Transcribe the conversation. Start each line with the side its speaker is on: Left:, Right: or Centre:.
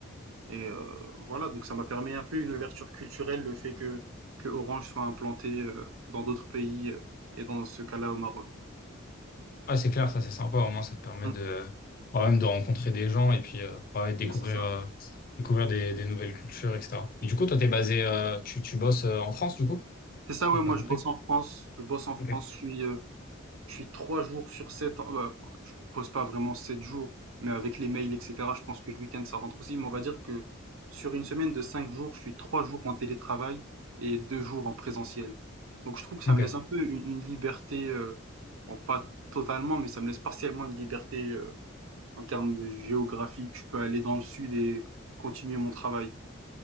Right: Et euh, voilà, donc ça m'a permis un peu une ouverture culturelle, le fait que que Orange soit implanté euh, dans d'autres pays euh, et dans ce cas-là au Maroc.
Left: Ouais, c'est clair, ça, c'est sympa. Au moins, ça te permet
Right: Mm.
Left: de, quand même de rencontrer des gens et puis, euh, ouais, découvrir,
Right: Ouais, C'est ça.
Left: euh, découvrir des, des nouvelles cultures, etc. Et du coup, toi, t'es basé, euh, tu, tu bosses euh, en France, du coup?
Right: C'est ça,
Left: Si
Right: ouais,
Left: j'ai
Right: moi
Left: bien compris.
Right: je bosse en France, je bosse en France,
Left: Ok.
Right: je suis, euh, Je suis 3 jours sur 7. bah, je pose pas vraiment 7 jours, mais avec les mails, et cetera, je pense que le week-end, ça rentre aussi, mais on va dire que sur une semaine de 5 jours, je suis 3 jours en télétravail et 2 jours en présentiel. Donc je trouve que ça
Left: Ok.
Right: me laisse un peu une, une liberté, euh, bon, pas totalement, mais ça me laisse partiellement une liberté euh, en termes géographiques. Je peux aller dans le sud et continuer mon travail.